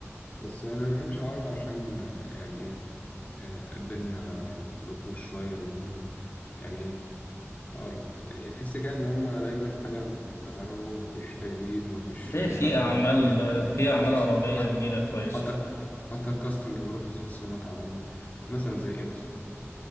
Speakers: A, on the left (about 30°); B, on the left (about 70°).
A: بس أنا ما بحبش العرب عشان آه، يعني إيه آه، الدنيا بتبوظ شوية منهم يعني إيه هقولك يعني تحس كده إن هما دايما حاجة مكررة ومفيش تجديد ومفيش
B: ليه
A: أي
B: في
A: حبكة
B: أعمال
A: مفيش أي
B: في أعمال
A: قصص
B: عربية
A: حتى
B: جديدة كويسة
A: حتى الك- حتى الكاستنج برضه تحس إن هما تعبانين مثلا زي إيه مثلا